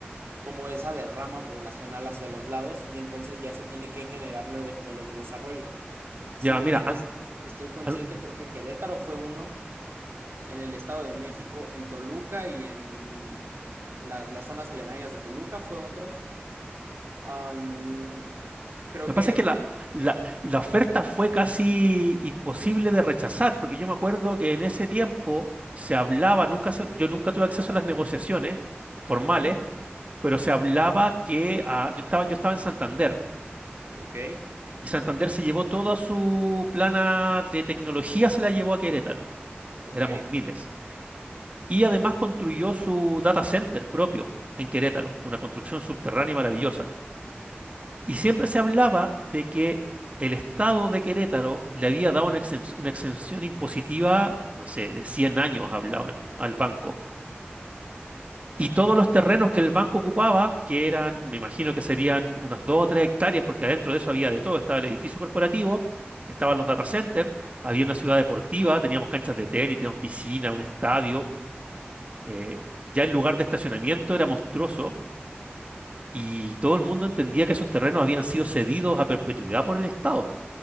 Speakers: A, on the right; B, on the right.
A: como esa derrama poblacional hacia los lados y entonces ya se tiene que generar nuevos polos de desarrollo. Si
B: Ya, mira,
A: bien
B: an-
A: es- estoy consciente,
B: an-
A: creo que Querétaro fue uno, en el Estado de México, en Toluca y en las, las zonas aledañas de Toluca fue otro. Am, creo
B: lo
A: que...
B: que pasa es que la, la, la oferta fue casi imposible de rechazar, porque yo me acuerdo que en ese tiempo se hablaba, nunca se- yo nunca tuve acceso a las negociaciones formales
A: ujú,
B: pero se hablaba que ah, yo estaba, yo estaba en Santander
A: Ok,
B: y Santander se llevó toda su plana de tecnología, se la llevó a Querétaro.
A: ok.
B: Éramos miles. Y además construyó su data center propio en Querétaro, una construcción subterránea maravillosa. Y siempre se hablaba de que el Estado de Querétaro le había dado una exenc- una exención impositiva, no sé, de 100 años hablaban al banco Y todos los terrenos que el banco ocupaba, que eran, me imagino que serían unas dos o tres hectáreas, porque adentro de eso había de todo, estaba el edificio corporativo, estaban los data centers, había una ciudad deportiva, teníamos canchas de tenis, teníamos piscina, un estadio. eh, ya el lugar de estacionamiento era monstruoso y todo el mundo entendía que esos terrenos habían sido cedidos a perpetuidad por el Estado.